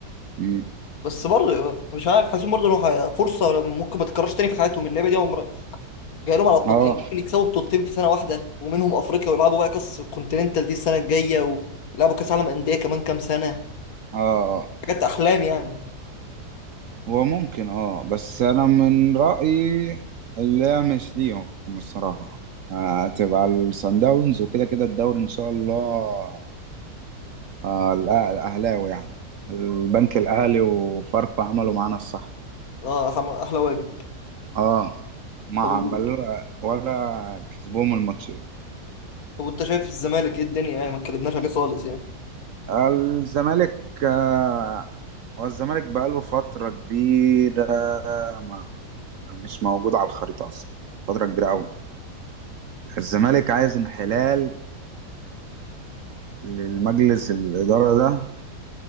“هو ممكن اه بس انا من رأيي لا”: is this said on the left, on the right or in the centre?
Right